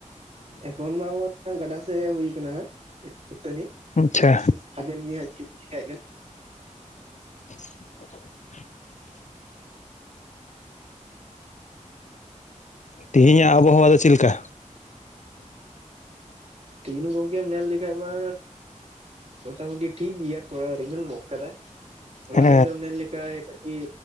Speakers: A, on the right (about 55°); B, on the left (about 65°).
A: ᱮᱠᱷᱚᱱ ᱢᱟ ᱦᱚᱜᱚᱭ ᱜᱟᱰᱟ ᱥᱮᱡ ᱦᱮᱡ ᱦᱩᱭ ᱠᱟᱱᱟ᱾ ᱫᱟᱹᱛᱟᱹᱱᱤ
B: ᱟᱪᱪᱷᱟ
A: <unintelligible> ᱪᱮᱜᱠᱟᱭ ᱠᱟᱱᱟ?
B: <inaudible> ᱛᱮᱦᱤᱧᱟᱜ ᱟᱵᱚᱦᱟᱣᱟ ᱫᱚ ᱪᱮᱜ ᱞᱤᱠᱟ?
A: ᱛᱮᱦᱤᱱ ᱜᱚᱝᱠᱮᱢ ᱧᱮᱞ ᱞᱮᱠᱷᱟᱡ ᱢᱟ ᱢᱳᱴᱟ ᱢᱩᱴᱤ ᱴᱷᱤᱠ ᱜᱤᱭᱟ ᱛᱷᱚᱲᱟ ᱨᱤᱢᱤᱞ ᱧᱚᱜ ᱠᱟᱫᱟᱭ᱾ ᱦᱚᱞᱟ
B: ᱦᱮᱸ
A: ᱞᱤᱫᱟᱹᱢ ᱱᱮᱞ ᱞᱮᱠᱷᱟᱡ ᱠᱟᱹᱴᱤᱡ